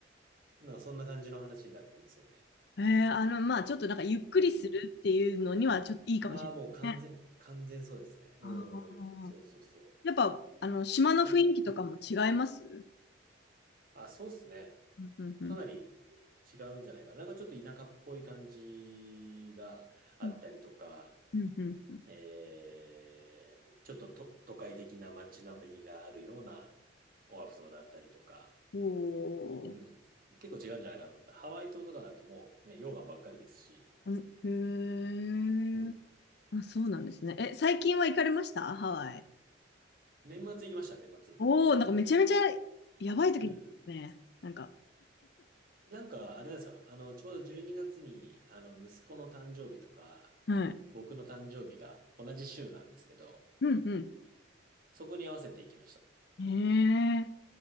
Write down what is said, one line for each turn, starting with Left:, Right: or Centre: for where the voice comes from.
Right: まあ、そんな感じの話になってきますよね。
Left: えーあの、まあ、ちょっとなんか、ゆっくりするっていうのには、
Right: うん。
Left: ちょっといいかもしれないですね。
Right: ああ、もう完全、完全そうですね。うんうん。
Left: あ
Right: そうそうそ
Left: あ。やっぱ、あの、島の雰囲気とかも違います
Right: う。なんうん。あ、そうっすね。
Left: うん、うん、うん。
Right: かなり違うんじゃないかな。なんかちょっと田舎っぽい感じがあったりとか、
Left: うん、うん。うんうん
Right: えー、ちょっと、と都会的な街並みがあるようなオアフ島だったりとか、
Left: お
Right: うん。
Left: ー
Right: 結構違うんじゃないかなと思って。ハワイ島とかだともうね、溶岩ばっかりですし、
Left: うへえ。
Right: うん。
Left: あ、そうなんですね。え、最近は行かれましたハワイ。
Right: 年末行きました、年末。
Left: おお、なんかめちゃめちゃやばい時にね。
Right: 1
Left: なんか、
Right: なんかあれなんですよ。あの、ちょうど12月にがつに、あの、息子の誕生日とか、
Left: はい。
Right: 僕の誕生日が同じ週なんですけど、
Left: うん、う
Right: そこに合わせて行きました。
Left: ん。へえ。